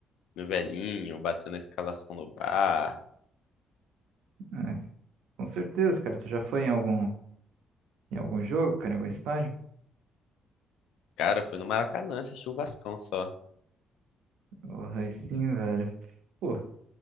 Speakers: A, on the left (about 80°); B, on the right (about 80°).
A: no velhinho, batendo a escalação no bar.
B: É, com certeza, cara, tu já foi em algum, em algum jogo, cara, em algum estádio?
A: Cara, eu fui no Maracanã assistir o Vascão só.
B: Porra, aí sim, velho. Pô,